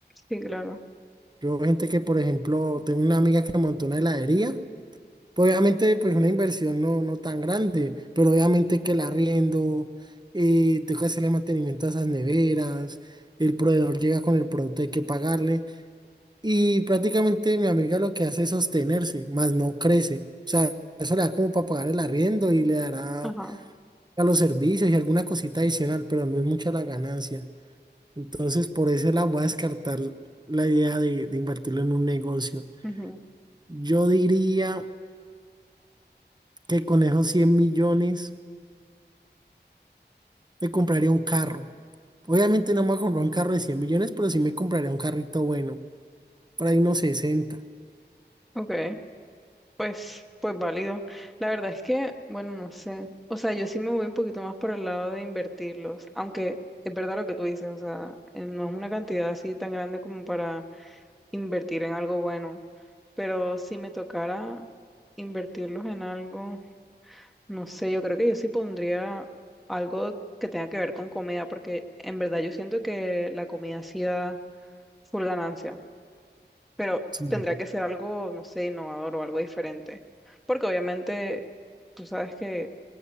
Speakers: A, in the centre; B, on the right.
A: Sí, claro.
B: Yo, gente que, por ejemplo, tengo una amiga que montó una heladería. Pues obviamente, pues una inversión no, no tan grande, pero obviamente que el arriendo, eh, tengo que hacerle mantenimiento a esas neveras, el proveedor llega con el producto, hay que pagarle, y prácticamente mi amiga lo que hace es sostenerse, más no crece. O sea, eso le da como para pagar el arriendo y le dará
A: Ajá.
B: a los servicios y alguna cosita adicional, pero no es mucha la ganancia. Entonces, por eso la voy a descartar la idea de, de invertirlo en un negocio.
A: ujú,
B: Yo diría que con esos 100 millones. Me compraría un carro. Obviamente no me voy a comprar un carro de 100 millones, pero sí me compraría un carrito bueno. Por ahí unos 60.
A: Ok, pues, pues válido. La verdad es que, bueno, no sé. O sea, yo sí me voy un poquito más por el lado de invertirlos, aunque es verdad lo que tú dices, o sea, eh, no es una cantidad así tan grande como para invertir en algo bueno, pero si me tocara invertirlos en algo, no sé, yo creo que yo sí pondría algo que tenga que ver con comida, porque en verdad yo siento que la comida sí da full ganancia, pero
B: Sí.
A: tendrá que ser algo, no sé, innovador o algo diferente, porque obviamente tú sabes que